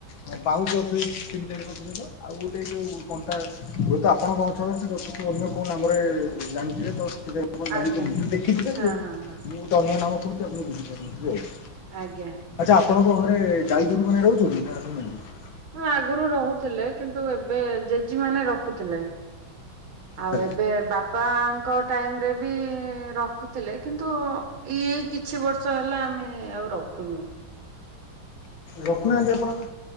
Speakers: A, on the left (about 80°); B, on the right (about 85°).
A: ହଁ ବାଉଁଶ ଥୋଇକି କିମତି ଯାଇଣି ପାରୁଥିଲେ ତ ଆଉ ଗୋଟେ ଯୋଉ କଣ୍ଟା ହୁଏତ ଆପଣଙ୍କ ଅଞ୍ଚଳରେ ଗଛ ଅଲଗା କୋଉ ନାମରେ ଜାଣିଥିଲେ ତ ସେଥିପାଇଁ ଆପଣ ଜାଣିପାରୁନଥିବେ
B: ଆଜ୍ଞା
A: ଦେଖିଥିବେ
B: ହଁ
A: ଯେ ମୁଁ
B: ହଁ ହଁ
A: ଗୋଟେ ଅଲଗା ନାମ କୋହୁଚି ଆପଣ ବୁଝିପାରୁନଥିବେ ଆଉ।
B: ଆଜ୍ଞା।
A: ଆଛା ଆପଣଙ୍କ ଘରେ ଗାଈ ଗୋରୁ ମାନେ ରୋହୁଚନ୍ତି ନା ରୋହୁ ନାହାଁନ୍ତି।
B: ହଁ ଆଗରୁ ରୋହୁଥିଲେ କିନ୍ତୁ ଏବେ ଜେଜି ମାନେ ର ଖୁଥିଲେ
A: ଆଚ୍ଛା
B: ଆଉ ଏବେ ବାପାଙ୍କ ଟାଇମ ରେ ବି ରଖୁଥିଲେ କିନ୍ତୁ ଏଇ ଏଇ କିଛି ବର୍ଷ ହେଲା ଆମେ ଆଉ ରଖୁ ଖୁନୁ।
A: ରଖୁନାହାନ୍ତି ଆପଣ